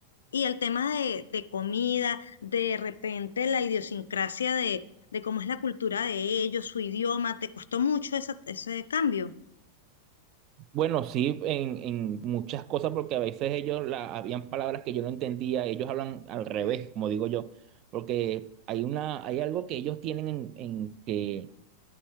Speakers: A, on the left; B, on the right.
A: Y el tema de, de comida, de repente la idiosincrasia de, de cómo es la cultura de ellos, su idioma, ¿te costó mucho esa- ese cambio?
B: Bueno, sí, en, en muchas cosas, porque a veces ellos la, habían palabras que yo no entendía, ellos hablan al revés, como digo yo, porque hay una, hay algo que ellos tienen en, en que